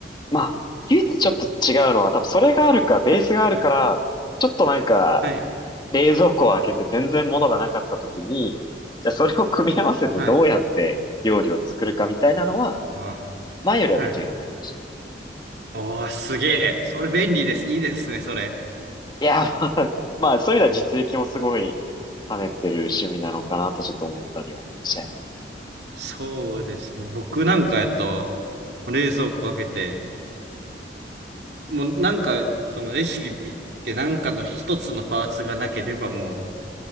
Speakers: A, on the left; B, on the right.
A: まあ、唯一ちょっと違うのは多分それがあるか、ベースがあるから、
B: はい。
A: ちょっとなんか、
B: はい。
A: 冷蔵庫を開けて全然物がなかった時に、じゃあそれを組み合わせてどうやって料理を作るかみたいなのは、
B: はい。あ、
A: 前よりはできるようになったかもしれない。
B: はい。おー、すげえ。それ便利です。いいですね、それ。
A: いや、<laughs> まあ、まあそういう意味では実益もすごい兼ねてる趣味なのかなとちょっと思ったりはしちゃいますね。
B: そうですね。僕なんかやと、冷蔵庫開けて、もうなんか、そのレシピ見て、なんかの一つのパーツがなければもう